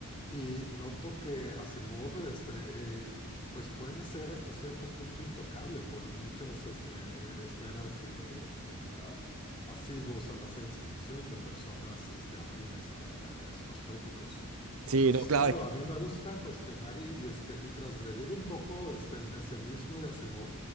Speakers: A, on the left; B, on the right.
A: y noto que Asimov, este, eh, pues puede ser hasta cierto punto intocable por muchas este, e- esferas de este, a- asiduos a la ciencia ficción, de personas este, afines a, a- a estos tópicos.
B: Sí,
A: Entonces,
B: no, claro,
A: claro,
B: es que
A: a mí me gusta cuestionar y, y, este, y transgredir un poco este, el mesianismo de Asimov.